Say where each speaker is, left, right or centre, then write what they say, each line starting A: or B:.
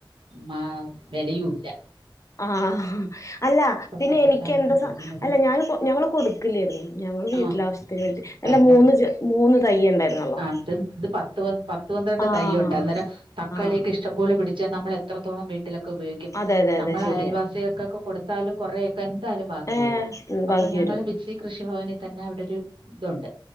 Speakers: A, on the right (about 75°); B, on the left (about 35°).
A: മ വെലയും ഇല്ല
B: ആഹ് അല്ല പിന്നെ
A: സമയത്താണ്
B: എനിക്ക് എന്ത്
A: കിട്ടിക്കുന്നത്
B: സം അല്ല ഞാൻ കൊ ഞങ്ങള് കൊടുക്കില്ലായിരുന്നു ഞങ്ങള് വീട്ടില്
A: ആഹ്
B: ആവശ്യ ത്തിന് വേണ്ടി
A: അല്ല
B: മൂന്ന് ചെ മൂന്ന് തൈ ഉണ്ടായിരുന്നല്ലോ
A: ആത് ഇത് പത്ത് പത്ത് പന്ത്രണ്ട്
B: ആഹ്
A: തൈയ്യുണ്ട് അന്നേരം- തക്കാളിയൊക്കെ
B: ആഹ്
A: ഇഷ് ഇഷ്ടം പോലെ പിടിച്ചാ നമ്മള് എത്രത്തോളം വീട്ടിലൊക്കെ ഉപയോഗിക്കും
B: അതെ അതെ
A: നമ്മള്
B: അതെ ശരിയാ
A: അയൽവാസികൾക്കൊക്കെ കൊടുത്താലും കൊറേ ക്കെന്താലും ബാക്കി
B: ഏഹ്
A: വരും അപ്പൊ
B: ബാക്കി
A: ഞങ്ങള്
B: വരും
A: പിച്ചി കൃഷിഭവനി തന്നെ അവിടെ ഒരു ഇതുണ്ട്-